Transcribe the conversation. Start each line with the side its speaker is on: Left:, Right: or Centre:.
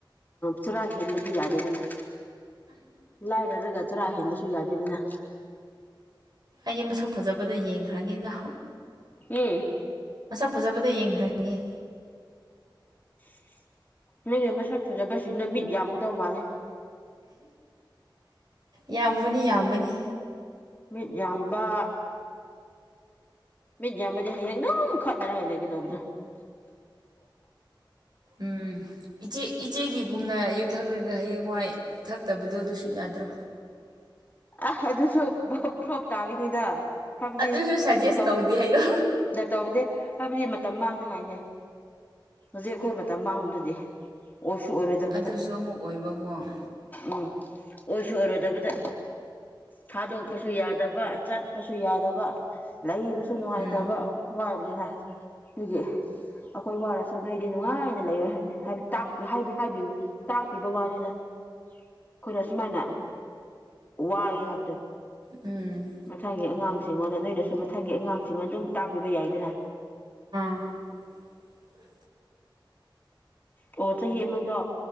Left: ꯆꯥꯔ ꯍꯦꯟꯕꯗꯤ ꯌꯥꯗꯦꯗꯅ ꯂꯥꯏꯔꯔꯒ ꯆꯥꯔ ꯍꯦꯟꯕꯁꯨ ꯌꯥꯗꯦꯗꯅ
Right: ꯑꯩꯗꯤ ꯃꯁꯛ ꯐꯖꯕꯗ ꯌꯦꯡꯈ꯭ꯔꯅꯤꯅ
Left: ꯎꯝ
Right: ꯐꯖꯕꯗ ꯌꯦꯡꯈ꯭ꯔꯒꯦ
Left: <inaudible> ꯅꯪꯒꯤ ꯃꯁꯛ ꯐꯖꯕꯁꯤꯡꯗꯣ ꯃꯤꯠ ꯌꯥꯝꯒꯗꯧ ꯃꯥꯜꯂꯦ
Right: ꯌꯥꯝꯕꯅꯤ ꯌꯥꯝꯕꯅꯤ
Left: ꯃꯤꯠ ꯌꯥꯝꯕ ꯃꯤꯠꯖꯥꯝꯕꯗꯤ ꯍꯌꯦꯡ ꯑꯗꯨꯝ ꯈꯠꯅꯔꯒ ꯂꯩꯒꯗꯧꯕꯗꯣ <inaudible>
Right: ꯎꯝ ꯏꯆꯦ ꯏꯆꯦꯒꯤꯒꯨꯝꯅ ꯌꯨ ꯊꯛꯔꯒ ꯍꯌꯦꯡꯋꯥꯏ ꯊꯛꯇꯕꯗꯣ ꯑꯗꯨꯁꯨ ꯌꯥ <inaudible>
Left: ꯑ ꯑꯗꯨꯁꯨ ꯕ ꯐ꯭ꯂꯣꯞ ꯇꯥꯒꯅꯤꯗ ꯍꯥꯏꯕꯗꯤ
Right: ꯑꯗꯨꯁꯨ ꯁꯖꯦꯁ
Left: ꯃꯇꯝ
Right: ꯇꯧꯗꯦ ꯍꯥꯏꯌꯣ
Left: ꯗꯇꯧꯗꯦ ꯍꯥꯏꯕꯗꯤ ꯃ ꯇꯝ ꯃꯥꯡꯅꯉꯥꯏꯅꯦ ꯍꯧꯖꯤꯛ ꯑꯈꯣꯏ ꯃꯇꯝ ꯃꯥꯡꯕꯗꯨꯗꯤ ꯑꯣꯏꯁꯨ ꯑꯣꯏꯔꯣꯏꯗꯕꯗ
Right: ꯑꯗꯨꯁꯨ ꯑꯃꯨꯛ ꯑꯣꯏꯕꯀꯣ
Left: ꯎꯝ ꯑꯣꯏꯁꯨ ꯑꯣꯏꯔꯣꯏꯗꯕꯗ ꯊꯥꯗꯣꯛꯄꯁꯨ ꯌꯥꯗꯕ ꯆꯠꯄꯁꯨ ꯌꯥꯗꯕ ꯂꯩꯕꯁꯨ ꯅꯨꯡꯉꯥꯏꯇꯕ
Right: ꯎꯝ
Left: ꯑꯣ ꯍꯋꯥꯥꯏꯕꯅꯤꯅ ꯗꯨꯒꯤ ꯑꯈꯣꯏ ꯋꯥꯔꯁꯨ ꯅꯣꯏꯗꯤ ꯅꯨꯡꯉꯥꯏ ꯂꯩꯌꯣ ꯍꯥꯏꯕꯅꯦ ꯇꯥꯛꯄꯤ ꯍꯥꯏꯕꯤ ꯍꯥꯏꯕꯤ ꯇꯥꯛꯄꯤꯕ ꯋꯥꯅꯤꯗ ꯑꯈꯣꯏꯅ ꯁꯨꯃꯥꯏꯅ ꯋꯥꯏꯌꯦ ꯍꯥꯏꯕꯗꯣ
Right: ꯎꯝ
Left: ꯃꯊꯪꯒꯤ ꯑꯉꯥꯡꯁꯤꯡꯉꯣꯅ ꯅꯣꯏꯅꯁꯨ ꯃꯊꯪꯒꯤ ꯑꯉꯥꯡꯁꯤꯡꯉꯣꯟꯗ ꯑꯗꯨꯝ ꯇꯥꯛꯄꯤꯕ ꯌꯥꯏꯗꯅ <inaudible>
Right: <inaudible>
Left: ꯑꯣ ꯆꯍꯤ ꯑꯃꯗꯣ